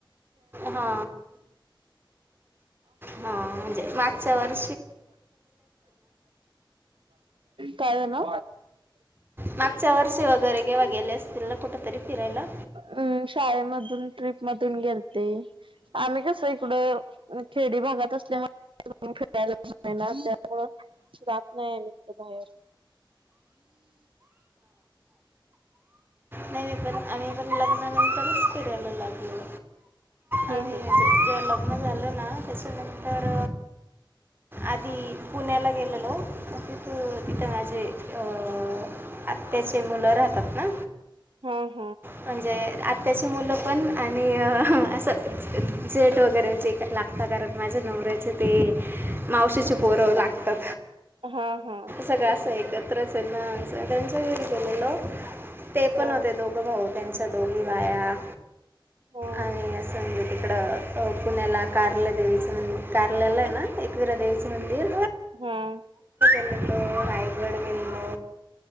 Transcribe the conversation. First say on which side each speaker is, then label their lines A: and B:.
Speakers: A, on the right; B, on the right.
A: हा हा म्हणजे मागच्या वर्ष
B: काय झालं
A: मागच्या वर्षी वगैरे केव्हा गेले असतील ना कुठंतरी फिरायला
B: म् शाळेमध्ये तुम्ही ट्रिप मधून गेलते आम्ही कस इकड खेडी भागात असल्यामुले <inaudible> जात नाही आम्ही कुठे बाहेर
A: नेहमी पण आम्ही पण लग्नानंतरच फिरायला लागलो
B: हम्म
A: आणि जे लग्न झाले ना त्याच्यानंतर आधी <inaudible> पुण्याला गेलेलो तिथ तिथं माझे अ आत्याचे मुलं राहत <inaudible> <inaudible> का
B: हम्म
A: म्हणजे आताची मुलं पण आणि असं जेट वगैरेची का लागत कारण माझ्या नवऱ्याचे ते मावशीची पोरं लागतात
B: हा हा
A: सगळं असं एकत्रच ना सगल्याच्या घरी गेलेलो ते
B: हा
A: पण होते दोघ भाऊ त्यांच्या दोघी बाया
B: हा
A: आणि असं म्हज <inaudible> इकडं पुण्याला कार्ल देवीचे म कारल्याला आहे ना एकविरा देवीच मंदिर
B: हम्म
A: <inaudible> रायगड गेलो